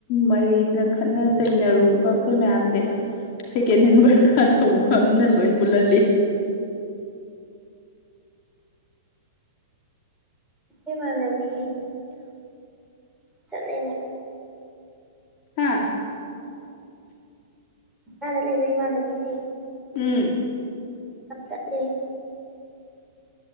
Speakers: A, on the left; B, in the centre.
A: ꯃꯔꯩꯗ ꯈꯠꯅ ꯆꯩꯅꯔꯨꯔꯕ ꯑꯩꯈꯣꯏ ꯃꯌꯥꯝꯁꯦ ꯁꯦꯀꯦꯟ ꯍꯦꯟ ꯕꯔꯅꯥ ꯊꯧꯕ ꯑꯃꯅ ꯂꯣꯏ ꯄꯨꯜꯍꯜꯂꯤ
B: ꯏꯃꯥꯟꯅꯕꯤ ꯆꯠꯂꯤꯅꯦ
A: ꯍꯥꯥ
B: ꯑꯥꯗ ꯂꯩꯕꯣꯏ ꯏꯃꯥꯟꯅꯕꯤꯁꯤ
A: ꯎꯝ
B: ꯑ ꯆꯠꯦ